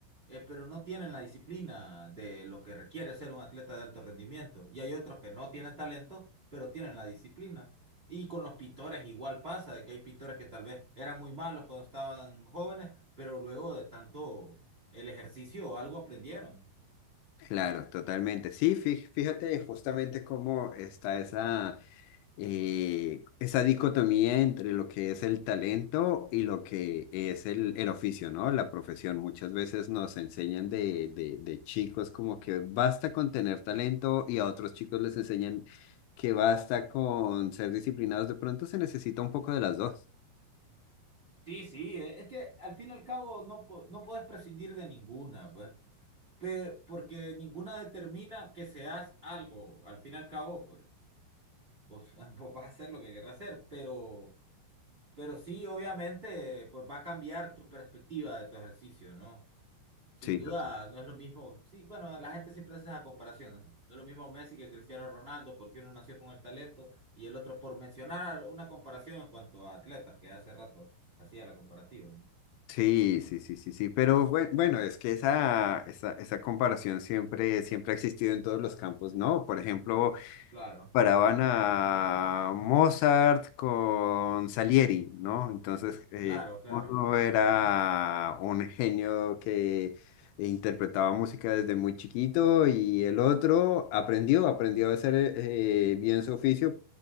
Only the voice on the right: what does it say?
eh, pero no tienen la disciplina de lo que requiere ser un atleta de alto rendimiento. Y hay otros que no tienen talento, pero tienen la disciplina. Y con los pintores igual pasa, de que hay pintores que tal vez eran muy malos cuando estaban jóvenes, pero luego de tanto el ejercicio o algo aprendieron.
Sí, sí, eh, es que al fin y al cabo no, po- no puedes prescindir de ninguna, pues. Pe- porque ninguna determina que seas algo, al fin y al cabo, pues vos, <laughs> vos vas a hacer lo que querrás hacer, pero, pero sí, obviamente, pues va a cambiar tu perspectiva de tu ejercicio, ¿no? Sin
duda,
no es lo mismo, sí, bueno, la gente siempre hace esa comparación, ¿no? No es lo mismo Messi que Cristiano Ronaldo, porque uno nació con el talento y el otro, por mencionar una comparación en cuanto a atletas, que hace rato hacía la comparativa, ¿no?
Claro,
claro, claro,